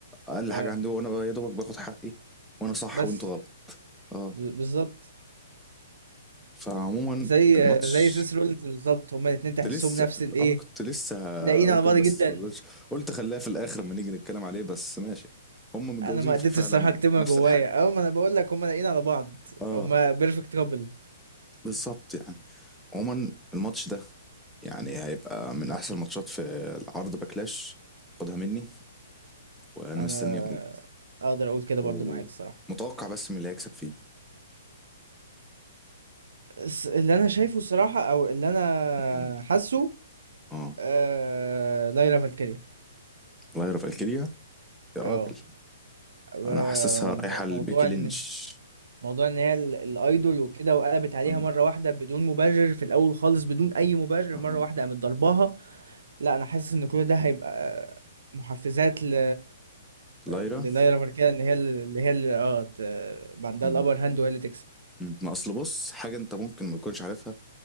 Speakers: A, in the centre; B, on the right (about 80°).
A: اقل
B: اه
A: حاجة عندي وانا يا دوبك باخد حقي وانا صح
B: بس
A: وانتوا غلط اه
B: ب- بالظبط
A: فعموما
B: زي
A: الماتش
B: زي سيس رولينز بالظبط هما الاتنين تحسهم
A: كنت لسه
B: نفس الايه
A: اه كنت لسه
B: لاقيين
A: هقول
B: على
A: كده
B: بعض
A: بس
B: جدا
A: ما قدرتش قلت خليها في الاخر لما نيجي نتكلم عليه بس ماشي هم متجوزين
B: انا ما قدرتش
A: فعلا
B: الصراحة اكتبها
A: نفس
B: جوايا
A: الحاجة
B: اه ما انا بقول لك هما لاقيين على بعض
A: اه
B: هما بيرفكت كابل
A: بالظبط يعني عموما الماتش ده يعني هيبقى من احسن الماتشات في العرض باكلاش خدها مني وانا
B: انا
A: مستني
B: اقدر اقول كده
A: ومتوقع
B: برضو معاك الصراحه
A: بس من اللي هيكسب فيه
B: بس اللي انا شايفه الصراحه او اللي انا
A: امم
B: حاسه
A: اه
B: آه... ليلى فالكيريا
A: الله يرفع الكليه يا راجل
B: اه آه،
A: انا حاسسها
B: مو-
A: رايحه لبيكي
B: موضوع ان
A: لينش
B: موضوع ان هي ال- الايدول وكده وقلبت عليها
A: آه.
B: مره واحده بدون مبرر في الاول خالص بدون اي مبرر
A: آه.
B: مره واحده قامت ضرباها لا انا حاسس ان كل ده هيبقى محفزات ل
A: لايرا
B: لليلى فالكيريا ان هي ال- اللي هي اللي اه ت... يبقى عندها
A: مم.
B: الابر هاند وهي اللي تكسب
A: مم. ما اصل بص حاجه انت ممكن ما تكونش عارفها